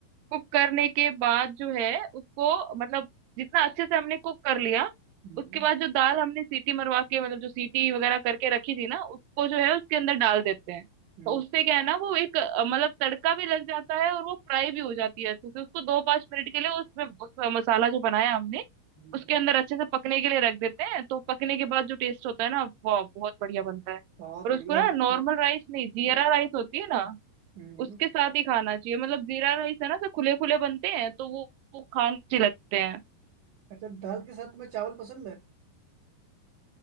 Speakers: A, on the right (about 80°); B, on the right (about 65°).
A: कुक करने के बाद जो है उसको मतलब जितना अच्छे से हमने कुक कर लिया
B: हम्म
A: उसके बाद जो दाल हमने सीटी मरवा के मतलब जो सीटी वगैरह करके रखी थी ना उसको जो है उसके अंदर डाल देते हैं
B: हम्म
A: तो उससे क्या है ना वो एक अ, मतलब तड़का भी लग जाता है और वो फ्राई भी हो जाती है अच्छे से उसको दो पांच मिनट के लिए उसमें उस मसाला जो बनाया हमने
B: हम्म।
A: उसके अंदर अच्छे से पकने के लिए रख देते हैं तो पकने के बाद जो टेस्ट होता है ना वो बहुत बढ़िया बनता है
B: बहुत
A: और
B: बढ़िया
A: उसको ना
B: रेसिपी
A: नॉर्मल राइस नहीं जीरा
B: हम्म,
A: राइस होती है ना
B: हम्म। हम्म।
A: उसके साथ ही खाना चाहिए मतलब जीरा राइस है ना सब खुले खुले बनते हैं तो वो, वो खाने अच्छे लगते हैं
B: अच्छा दाल के साथ तुम्हें चावल पसंद है